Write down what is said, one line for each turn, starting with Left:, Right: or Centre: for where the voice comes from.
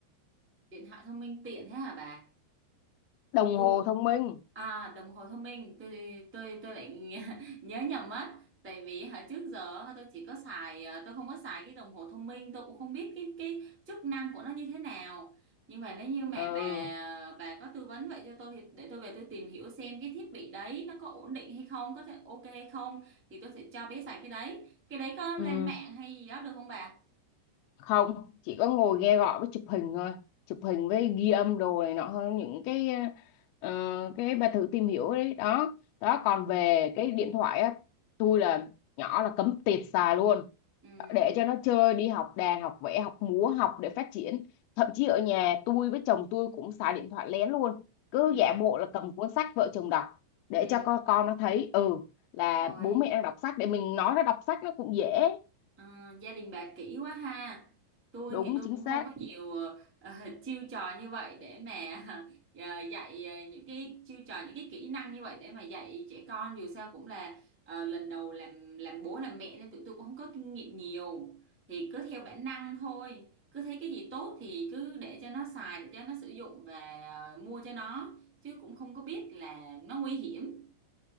Centre: điện thoại thông minh tiện thế hả bà
Left: đồng
Centre: tôi
Left: hồ thông minh
Centre: à đồng hồ thông minh tôi tôi tôi lại <laughs> nhớ nhầm mất tại vì hồi trước giờ tôi chỉ có xài à, tôi không có xài cái đồng hồ thông minh tôi cũng không biết cái cái chức năng của nó như thế nào nhưng mà nếu như mà
Left: ừ,
Centre: bà bà có tư vấn vậy cho tôi thì để tôi về tôi tìm hiểu xem cái thiết bị đấy nó có ổn định hay không có thể ok hay không thì tôi sẽ cho bé xài cái đấy cái đấy có lên
Left: ừ
Centre: mạng hay gì đó được không bà
Left: không chỉ có ngồi nghe gọi với chụp hình thôi chụp hình với ghi âm đồ này nọ hơn những cái ờ, cái bà thử tìm hiểu đấy đó đó
Centre: ừ
Left: còn về cái điện thoại á tôi là nhỏ là cấm tiệt xài luôn
Centre: ừ
Left: để cho nó chơi đi học đàn học vẽ học múa học để phát triển thậm chí ở nhà tôi với chồng tôi cũng xài điện thoại lén luôn cứ
Centre: ừ
Left: giả bộ là cầm cuốn sách vợ chồng đọc để
Centre: ừ
Left: cho con con nó thấy ừ là
Centre: ôi
Left: bố mẹ đang đọc sách để mình nói nó đọc sách nó cũng dễ
Centre: Ờ, gia đình bà kỹ quá ha. Tôi
Left: đúng
Centre: thì tôi cũng
Left: chính xác
Centre: không có nhiều ờ, <laughs> chiêu trò như vậy để mà <laughs> ờ, dạy ờ, những cái chiêu trò những cái kỹ năng như vậy để mà dạy trẻ con dù sao cũng là ờ, lần đầu làm làm bố làm mẹ nên tụi tôi cũng không có kinh nghiệm nhiều. Thì cứ theo bản năng thôi. Cứ thấy cái gì tốt thì cứ để cho nó xài để cho nó sử dụng và ờ, mua cho nó chứ cũng không có biết là nó nguy hiểm.